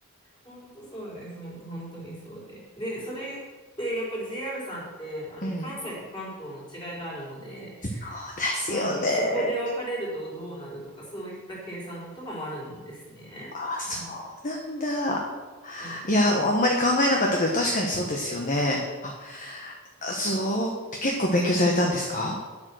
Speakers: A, on the left; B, on the left.
A: 本当そうです。本当、本当にそうで。で、それってやっぱり JR さんってあの関西と関東の違いがあるので、
B: うん。そうですよね。
A: はい、そこで分かれるとどうなるとか、そういった計算とかもあるんですね。
B: あ、そうなんだ。
A: はい。はい
B: いや、あんまり考えなかったけど、確かにそうですよね。あ、あそう。結構勉強されたんですか